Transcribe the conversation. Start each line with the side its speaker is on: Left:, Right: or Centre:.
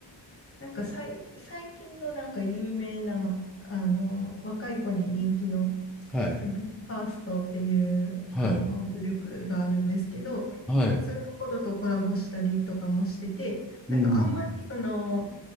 Left: なんかさい、最近のなんか有名な、あの、若い子に人気の
Centre: はい。
Left: ビーファーストっていうあのグループがあるんですけど、
Centre: はい。はい。う
Left: そういうところとコラボしたりとかもしてて、なんかあんまりその、
Centre: ーん。